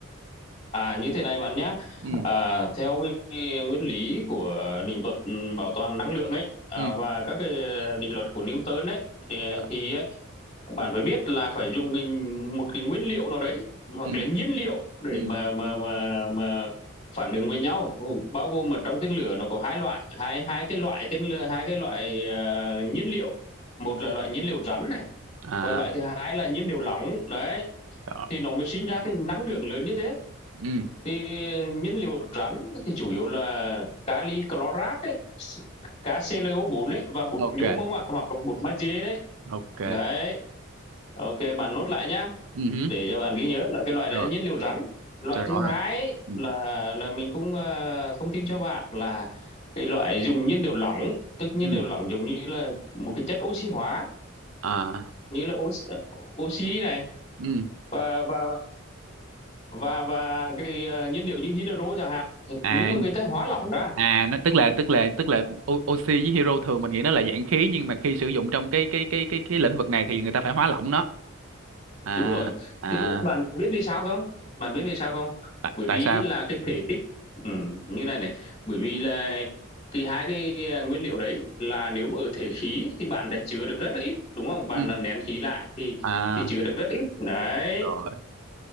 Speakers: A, on the left (about 35°); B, on the right (about 80°).
A: à như thế này bạn nhé.
B: ừ
A: À, theo cái, nguyên lý của định luật ừ, bảo toàn năng lượng ấy à,
B: ừ
A: và các cái định luật của Newton ấy thì,
B: Dạ.
A: thì ấy, bạn phải biết là phải dùng cái, một cái nguyên liệu nào đấy hoặc
B: ừ
A: là nhiên liệu để
B: ừ
A: mà mà mà mà phản ứng với nhau Ừ, bao gồm mà trong tên lửa nó có hai loại hai hai cái loại tên lửa hai cái loại ờ, nhiên liệu một là
B: ừ.
A: loại nhiên liệu rắn này
B: à
A: và loại thứ hai là nhiên liệu lỏng đấy
B: đó.
A: thì nó mới sinh ra cái năng lượng lớn như thế
B: ừ
A: thì nhiên liệu rắn thì chủ yếu là kali chlorat đấy KClO4 đấy và bột
B: ok
A: nhôm không ạ hoặc là bột magie đấy
B: ok
A: đấy ok bạn nốt lại nhá
B: ừ hứ,
A: để cho bạn ghi nhớ là cái loại
B: rồi
A: đấy là nhiên liệu rắn loại
B: tôi
A: thứ
B: rõ
A: hai
B: rồi Ừ.
A: là là mình cũng ờ, thông tin cho bạn là cái loại dùng nhiên liệu lỏng tức nhiên
B: ừ
A: liệu lỏng giống như là một cái chất oxy hóa
B: à
A: như là oxy này
B: ừ
A: và và và và cái ờ, nhiên liệu như hydro chẳng hạn Thì-
B: à
A: nhưng mà người ta hóa lỏng ra
B: à nó tức là tức là tức là O- oxy với hero thường mình nghĩ nó là dạng khí nhưng mà khi sử dụng trong cái cái cái cái cái lĩnh vực này thì người ta phải hóa lỏng nó à
A: đúng rồi
B: à
A: thứ nhất bạn biết vì sao không bạn biết vì sao không
B: tại
A: bởi
B: tại
A: vì
B: sao
A: là cái thể tích ừ, như này này bởi vì là cái hai cái ờ, nguyên liệu đấy là nếu mà ở thể khí thì bạn đã chứa được rất là ít đúng không bạn
B: ừ
A: là nén khí lại thì
B: à
A: thì chứa được rất ít đấy
B: rồi